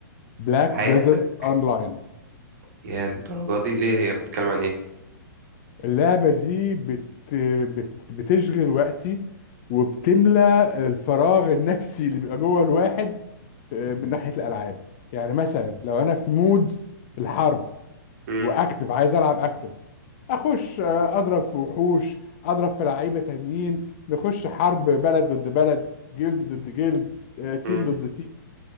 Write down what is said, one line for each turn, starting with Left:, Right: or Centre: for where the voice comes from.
Left: بلاك
Right: حياتك
Left: ديزرت اونلاين
Right: يا الدرجه دي ليه هي بتتكلم عن ايه
Left: اللعبة دي بت... بت... بتشغل وقتي وبتملى الفراغ النفسي اللي بيبقى جوه الواحد آه، من ناحية الألعاب يعني مثلا لو أنا في مود الحرب
Right: مم.
Left: وأكتف عايز ألعب أكتف أخش آه، أضرب في وحوش أضرب في لعيبة تانيين نخش حرب بلد ضد بلد جلد ضد جلد آه، تيم
Right: مم.
Left: ضد تيم